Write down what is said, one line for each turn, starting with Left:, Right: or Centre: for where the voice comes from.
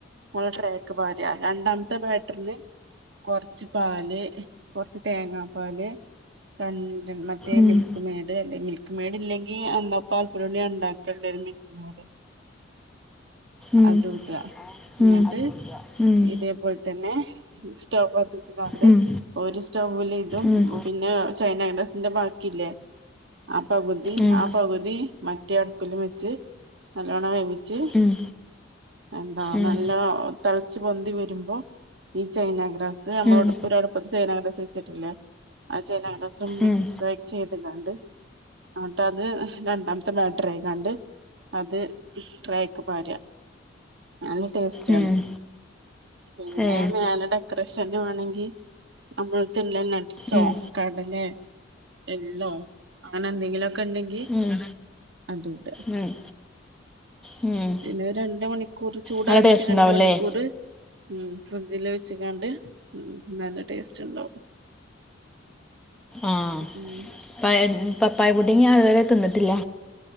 Right: <unintelligible> ട്രേക്ക് പാര. രണ്ടാമത്തെ ബാറ്ററിന് കൊറച്ച് പാല് കൊറച്ച് തേങ്ങാ പാല് രണ്ട് മറ്റേ
Centre: ഉം
Right: മിൽക്ക് മെയ്ഡ് മിൽക്ക് മെയ്ഡ് ഇല്ലെങ്കി എന്താപ്പോ പാൽ പൊടികൊണ്ട് ഞാന് ഉണ്ടാക്കും മിൽമയുടെ
Centre: ഉം
Right: അതും ഇട. എന്നിട്ട്
Centre: ഉം ഉം
Right: ഇതേപോലെ തന്നെ സ്റ്റവ് കത്തിച്ച്ങ്ങാണ്ട്
Centre: ഉം
Right: ഒരു സ്റ്റൗവില് ഇതും
Centre: ഉം
Right: പിന്നെ ചൈന നാഗ്രാസിന്റെ ബാക്കില്ലേ ആ പകുതി
Centre: ഉം
Right: ആ പകുതി മറ്റേഡെത്ത് വെച്ച് നല്ലോണം വേവിച്ച്
Centre: ഉം
Right: എന്താ
Centre: ഉം
Right: നല്ലോം തിളച്ച് പൊന്തി വരുമ്പോ ഈ ചൈന ഗ്രാസ് നമ്മള്
Centre: ഉം
Right: ഒരടുപ്പത്ത് ചൈന ഗ്രസ് വെച്ചിട്ടില്ലേ ആ ചൈന ഗ്രാസും മിക്സ്
Centre: ഉം ഉം
Right: ചെയ്ത്ങ്ങാണ്ട് എന്നിട്ടത് രണ്ടാമത്തെ ബാറ്റ് ഇക്കിക്കാണ്ട് അത് ട്രേയ്ക്ക് പാര നല്ല ടേസ്റ്റ്
Centre: ഉം
Right: ആണ് പിന്നെ
Centre: ഏ
Right: മേലെ ഡെക്കറേഷൻ ഡെക്കറേഷന് വേണംങ്കി നമ്മളടുത്തുള്ള നട്സോ
Centre: ഉം
Right: കടലയോ എള്ളോ അങ്ങനെ എന്തെങ്കിലും ഒക്കെ ക്കണ്ടെങ്കി
Centre: ഉം
Right: അതും ഇട
Centre: ഉം ഉം
Right: പിന്നെ ഒരു രണ്ട് മണിക്കുറ് കൂറി ചൂടാറീട്ട്
Centre: നല്ല ടേസ്റ്റ്
Right: രണ്ട്
Centre: ഉണ്ടാവുമല്ലേ
Right: മണിക്കൂർ ഉം ഫ്രിഡ്ജില് വെച്ച്ങ്ങാണ്ട് ഉംനല്ല ടേസ്റ്റ് ഉണ്ടാവും
Centre: ആ
Right: ഉം
Centre: പപ്പായ ഇത് ഞാനിതുവരെ തിന്നിട്ടില്ല